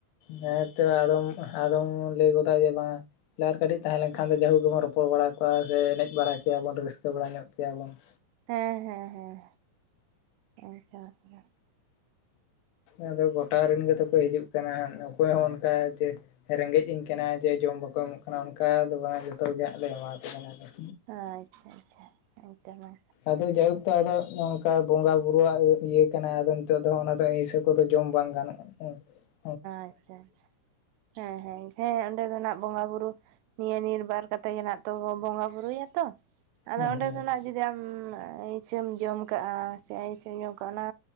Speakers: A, on the left; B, on the right.
A: ᱦᱮᱸ ᱛᱚ ᱟᱫᱚᱢ ᱟᱫᱚᱢ ᱞᱟᱹᱭ ᱜᱚᱫ ᱡᱮ ᱵᱟᱝᱟ ᱞᱟᱹᱭᱟ ᱟᱨ ᱠᱟᱹᱴᱤᱡ ᱛᱟᱦᱮᱸ ᱞᱮᱱᱠᱷᱟᱱ ᱫᱚ ᱡᱟᱹᱦᱩ ᱜᱮᱵᱚᱱ ᱨᱚᱯᱚᱲ ᱵᱟᱲᱟ ᱠᱚᱜ-ᱟ ᱥᱮ ᱮᱱᱮᱡ ᱵᱟᱲᱟ ᱠᱮᱭᱟ ᱵᱚᱱ ᱨᱟᱹᱥᱠᱟᱹ ᱵᱟᱲᱟ ᱧᱚᱜ ᱠᱮᱭᱟᱵᱚᱱ ᱾
B: ᱦᱮᱸ ᱦᱮᱸ ᱦᱮᱸ ᱟᱪᱷᱟ <unintelligible> ᱾
A: ᱟᱫᱚ ᱜᱚᱴᱟ ᱨᱮᱱ ᱜᱮᱛᱚ ᱠᱚ ᱦᱤᱡᱩᱜ ᱠᱟᱱᱟ ᱦᱟᱸᱜ ᱚᱠᱚᱭ ᱦᱚᱸ ᱚᱱᱠᱟ ᱡᱮ ᱨᱮᱸᱜᱮᱡ ᱩᱹᱧ ᱠᱟᱱᱟ ᱡᱮ ᱡᱚᱢ ᱵᱟᱠᱚ ᱮᱢᱚᱜ ᱠᱟᱱᱟ ᱚᱱᱠᱟ ᱫᱚ ᱵᱟᱝ ᱡᱚᱛᱚ ᱜᱮ ᱦᱟᱸᱜ ᱞᱮ ᱮᱢᱟ ᱠᱚ ᱠᱟᱱᱟ ᱞᱮ ᱾
B: ᱟᱪᱪᱷᱟ ᱟᱪᱪᱷᱟ ᱮᱠᱫᱚᱢᱮ
A: ᱟᱫᱚ ᱡᱟᱭᱦᱳᱠ ᱛᱚ ᱟᱫᱚ ᱚᱝᱠᱟ ᱵᱚᱸᱜᱟ ᱵᱩᱨᱩᱣᱟᱜ ᱤᱭᱟᱹ ᱠᱟᱱᱟ ᱟᱫᱚ ᱱᱤᱛᱚᱜ ᱫᱚ ᱚᱱᱟ ᱫᱚ ᱟᱹᱭᱤᱥᱟᱹ ᱠᱚᱫᱚ ᱡᱚᱢ ᱵᱟᱝ ᱜᱟᱱᱚᱜᱼᱟ ᱾ ᱦᱮᱸ ᱾
B: ᱟᱪᱪᱷᱟ ᱟᱪᱪᱷᱟ ᱦᱮᱸ ᱦᱮᱸ ᱦᱮᱸ ᱚᱸᱰᱮ ᱫᱚ ᱱᱟᱜ ᱵᱚᱸᱜᱟ ᱵᱩᱨᱩ ᱱᱤᱭᱟᱹ ᱱᱤᱨᱵᱟᱨ ᱠᱟᱛᱮ ᱜᱮ ᱱᱟᱜ ᱛᱚ ᱵᱚᱸᱜᱟ ᱵᱩᱨᱩᱭᱟᱛᱚ ᱟᱫᱚ
A: ᱦᱩᱸ
B: ᱚᱸᱰᱮ ᱫᱚ ᱱᱟᱜ ᱡᱩᱫᱤ ᱟᱢ ᱟᱹᱭᱥᱟᱹᱢ ᱡᱚᱢ ᱠᱟᱜᱼᱟ ᱥᱮ ᱟᱹᱭᱥᱟᱹᱢ ᱡᱚᱢ ᱠᱟᱜᱼᱟ ᱚᱱᱟ